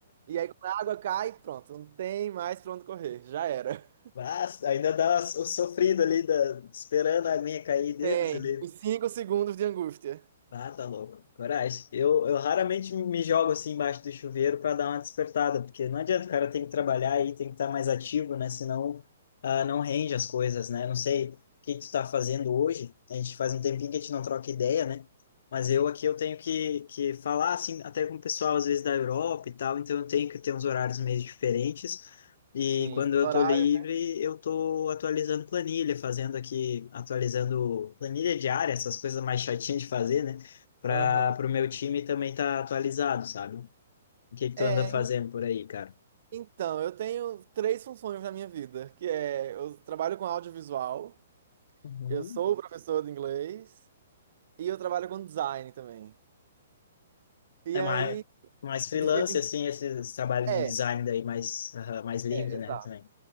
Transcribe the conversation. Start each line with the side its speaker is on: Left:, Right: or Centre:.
Right: e aí quando a água cai, pronto, não tem mais pra onde correr, já era.
Left: Mas ainda dá o sofrido ali, da, esperando a aguinha cair, Deus,
Right: Tem
Left: ele
Right: uns 5 segundos de angústia.
Left: ah, tá louco. Coragem. Eu, eu raramente me jogo assim embaixo do chuveiro para dar uma despertada, porque não adianta, o cara tem que trabalhar e tem que estar mais ativo, né? Senão ah, não rende as coisas, né? Não sei o que tu tá fazendo hoje. A gente faz um tempinho que a gente não troca ideia, né? Mas eu aqui eu tenho que, que falar assim, até com o pessoal às vezes da Europa e tal, então eu tenho que ter uns horários meio diferentes. E
Right: Sim,
Left: quando eu
Right: horário.
Left: tô livre, eu tô atualizando planilha, fazendo aqui, atualizando planilha diária, essas coisas mais chatinhas de fazer, né? para
Right: Aham.
Left: o meu time também tá atualizado, sabe? O que que
Right: É,
Left: tu anda fazendo
Right: en-
Left: por aí, cara?
Right: então, eu tenho três funções na minha vida, que é eu trabalho com audiovisual,
Left: Uhum.
Right: eu sou professor de inglês e eu trabalho com design também. E
Left: É
Right: aí,
Left: mais, mais freelance,
Right: de vez em
Left: assim, esse, esse trabalho
Right: é,
Left: de design
Right: é,
Left: daí mais, aham, mais livre,
Right: exato.
Left: né, também.